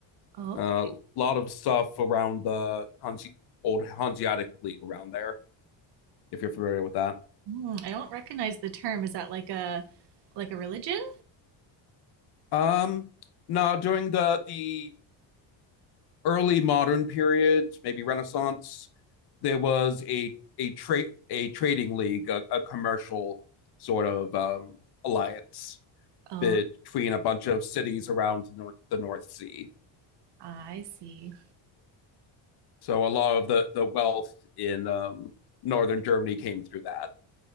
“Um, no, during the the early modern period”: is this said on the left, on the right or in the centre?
Left